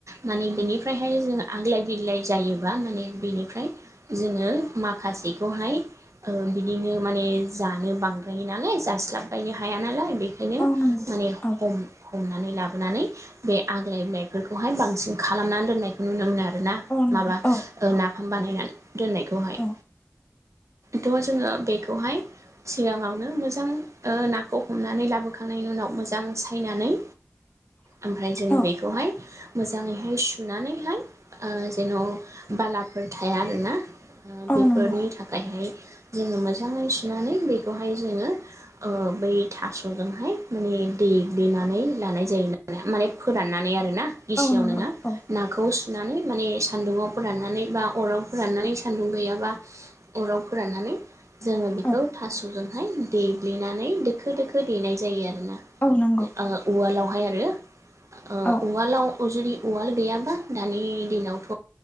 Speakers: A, on the right; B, on the left.
A: माने बिनिफ्रायहाय जो आग्लाय बिलाय जायोबा माने बेनिफ्राय जोङो माखासेखौहाय ओ बिदिनो माने जानो बांद्रायो नालाय जास्लाबबायनो हाया नालाय बेखायनो
B: औ नंगौ
A: माने
B: औ
A: हम हमनानै लाब सुनानै बे आग्लाय बिलाइफोरखौहाय बांसिन खालामनानै दोननायखौ नुनो मोनो आरोना
B: औ नंगौ
A: माबा
B: औ
A: नाफाम बानायनानै दोननायखौहाय
B: औ
A: थ' जोङो बेखौहाय सिगाङावनो मोजां ओ नाखौ हमनानै लाबोखांनायनि उनाव मोजां सायनानै
B: <inaudible>
A: ओमफ्राय जों
B: औ
A: बेखौहाय मोजाङैहाय सुनानैहाय आ जेन' बालाफोर थाया आरोना बेफोरनि
B: औ नंगौ
A: थाखायहाय जोङो मोजाङै सुनानै बेखौहाय जोङो ओ बै थास'जोंहाय माने देग्लिनानै लानाय जायोना माने फोराननानै आरो ना गिसियाव
B: औ नंगौ
A: नोङो
B: औ
A: नाखौ सुनानै माने सान्दुंआव फोराननानै बा अराव फोराननानै सान्दुं गैयाबा अराव फोराननानै जोङो बेखौ
B: औ
A: थास'जोंहाय देग्लिनानै दोखो दोखो देनाय जायो आरोना
B: औ नोंगौ
A: ओ उवालावहाय आरो ओ
B: औ
A: उवालाव जुदि उवाल गैयाबा दानि दिनावथ'